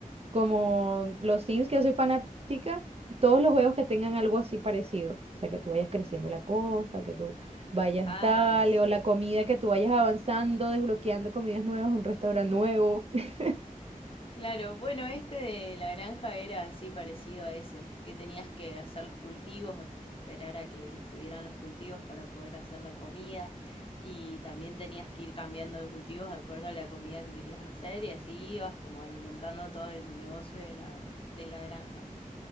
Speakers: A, on the right; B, on the left.
A: como los Sims, que yo soy fanática, todos los juegos que tengan algo así parecido, o sea, que tú vayas creciendo la cosa, que tú vayas
B: Ah,
A: tal, o la comida, que tú vayas avanzando, desbloqueando comidas nuevas, un restaurante nuevo. <laughs>
B: Claro, bueno, este de la granja era así parecido a ese, que tenías que hacer los cultivos, esperar a que estuvieran los cultivos para poder hacer la comida y también tenías que ir cambiando de cultivos de acuerdo a la comida que querías hacer y así ibas como alimentando todo el negocio de la, de la granja.